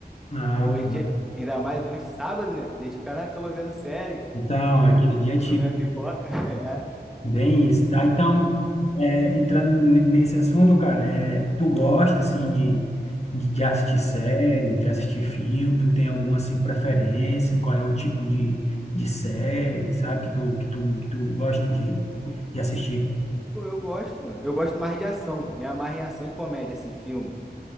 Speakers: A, on the left (about 40°); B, in the centre.
A: ah,
B: Então hoje,
A: tá.
B: é- ainda mais hoje sábado, né? Dia de ficar na cama vendo série,
A: então,
B: filme,
A: aquele dia
B: assim,
A: é
B: comer uma pipoca. <laughs> É.
A: Bem isso, tá? Então, é, entrando ne- nesse assunto, cara, é, tu gosta, assim, de, de, de assistir série, de assistir filme, tu tem alguma, assim, preferência? Qual é o tipo de, de série, sabe, que tu, que tu, que tu gosta de, de assistir?
B: Pô, eu gosto, mano. Eu gosto mais de ação. Me amarro em ação e comédia, assim, filme.